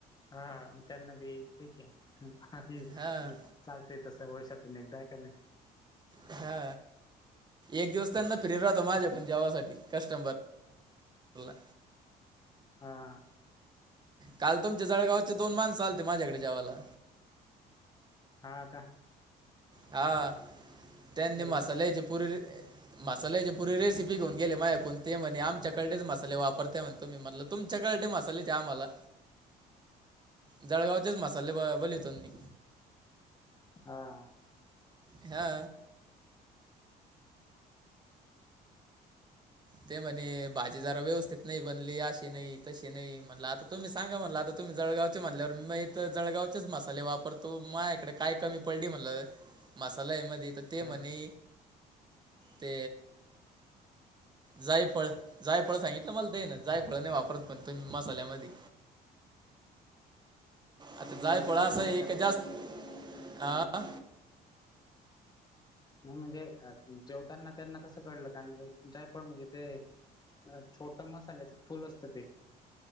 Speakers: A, on the left (about 25°); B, on the right (about 25°).
A: हा मग त्यांना बी ठीक आहे चालतय
B: हां
A: तसं वर्षातून एकदा हाय का नाही
B: हा एक दिवस त्यांना फ्री राहतो माझ्याकण जेवासाठी कस्टमर हो का
A: हा
B: काल तुमचे जळगावचे दोन माणस आलते माझ्याकड जेवायला
A: हा का
B: हा त्यांनी
A: ते
B: मसाल्याची पुरी मसाल्याची पूरी रेसिपी घेऊन गेले माझ्याकडून ते म्हणे आमच्याकडलेच मसाले वापरते म्हणतो मी म्हटलं तुमच्याकडले मसाले द्या आम्हाला जळगावचेच मसाले बोलिवतोन मी
A: हा
B: हा ते म्हणे भाजी जरा व्यवस्थित नाही बनली अशी नाही तशी नाही म्हणलं आता तुम्ही सांगा म्हणल आता तुम्ही जळगावचे म्हणल्यावर मी इथ जळगावचेच मसाले वापरतो मा इकडे काय कमी पडली म्हणलं मसाल्या मध्ये तर ते
A: हा
B: म्हणे ते जायफळ जायफळ सांगितलं मला तेन जायफळ नाही वापरत म्हण तुम्ही मसाल्यामधी आता जायफळ
A: पण ते खरंच
B: असं आहे का जास्त आ
A: नाही म्हणजे जेवताना त्यांना कसं कळलं काय माहित जायफळ म्हणजे ते अ छोट मसाल्याचं फुल असतं ते